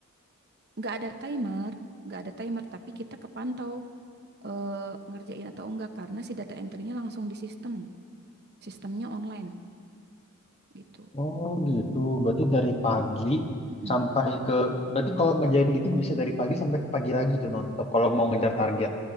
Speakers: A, on the right; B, on the left.
A: nggak ada timer, nggak ada timer, tapi kita kepantau eh, ngerjain atau enggak karena si data entry-nya langsung di sistem, sistemnya online gitu.
B: Oh gitu. Berarti dari pagi
A: Mm-mm.
B: sampai ke berarti kalau ngerjain gitu bisa dari pagi sampai ke pagi lagi tuh nonstop kalau mau ngejar target.